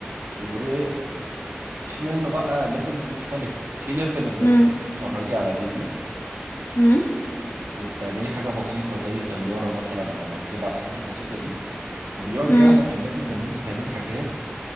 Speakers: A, on the right; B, on the left.
A: وفي منه بقى ليفلز مختلفة في ليفل إن
B: مم،
A: أنت بتتفرجي على فيديو
B: مم،
A: وبتعملي حاجة بسيطة زي طيارة مثلا أو مركبة الحاجات البسيطة دي وبيقعد
B: مم،
A: يعلى في الليفلز ان انت تعملي حاجات